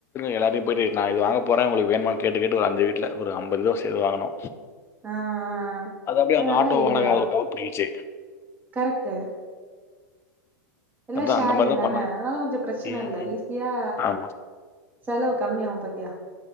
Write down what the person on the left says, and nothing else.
எல்லார்டையும் போய்ட்டு நான் இது வாங்க போறேன் உங்களுக்கு வேணுமானு கேட்டு கேட்டு ஒரு அஞ்சு வீட்ல ஒரு அம்பது பேரு சேந்து வாங்குனோ
அது அப்டியே அந்த
ஆட்டோ
வாடக
அதுல கவுன்ட் பண்ணிகிச்சு
அதான்
அந்த மாதிரி தான்
பண்ணணும்
ம்.
ஆமா